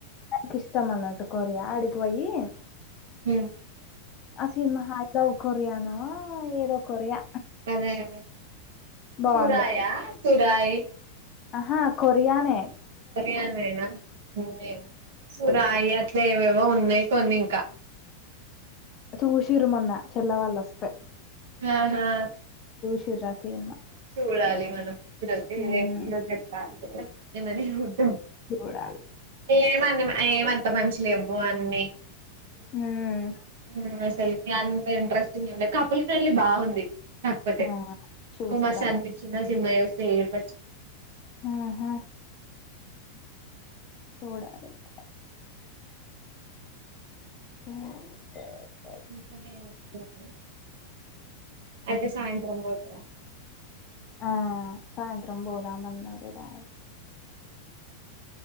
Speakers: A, on the left; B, on the right.
A: కిష్టం అన్నట్టు కొరియా ఆడికి పొయ్యి
B: ఉమ్
A: ఆ సినిమా హై లవ్ కొరియానో ఏదో కొరియా
B: అదే అదే
A: బావుంది.
B: సురయా సురాయ్
A: ఆహా కొరియానేే
B: కొరియానేనా ఉమ్ ఏమో సురాయ ఏవేవో ఉన్నాయ్ కొన్ని ఇంకా
A: చూసిర్రు మొన్న చెల్ల వాళ్ళొస్తే
B: ఆహా
A: చిర్రా సీన్మా
B: చూడాలి మనం ఈరో
A: హ్మ్.
B: రేపు ఈరోజేపు కాలీనేగా ఏ మనిషి మొత్తం
A: చూడాలి.
B: ఏమా ఏమంత మంచి లేవు అన్ని
A: హ్మ్.
B: మ్ అసలు అంత ఇంట్రెస్టింగ్ ఏమ్లేద్ కపుల్ ఫ్రెండ్లీ బాగుంది కాక్పోతే
A: ఆ! చూస్తా
B: మస్తు అన్పిచ్చింది
A: నేను.
B: ఆ సినిమా చూస్తే ఏడుపచ్చింది.
A: ఆహా! చూడాలైతే <unintelligible>
B: ఇంకనే వస్తాది అయితే సాయంత్రం పోతరా?
A: ఆ సాయంత్రం పోదామన్నారు డాయ్